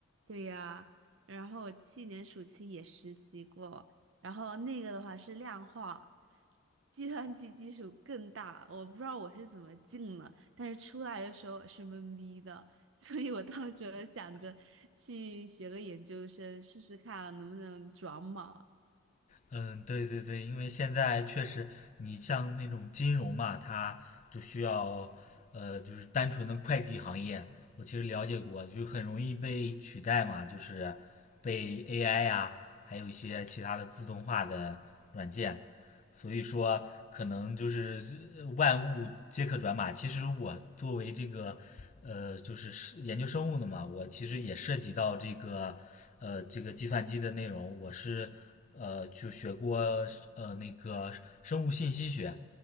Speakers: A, on the right; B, on the left.
A: 对呀、然后我去年暑期也实习过，然后那个的话是量化，计算机基础更大，我不知道我是怎么进的，但是出来的时候是懵逼的，<laughs> 所以我到时候想着去学个研究生试试看啊能不能转码。
B: 嗯，对对对，因为现在确实，你像那种金融嘛，它就需要，呃，就是单纯的会计行业，我其实了解过，就很容易被取代嘛，就是被 AI 呀、还有一些其他的自动化的软件所以说，可能就是呃万物皆可转码。其实我作为这个，呃，就是是研究生物的嘛，我其实也涉及到这个，呃，这个计算机的内容。我是，呃，就学过呃那个生物信息学，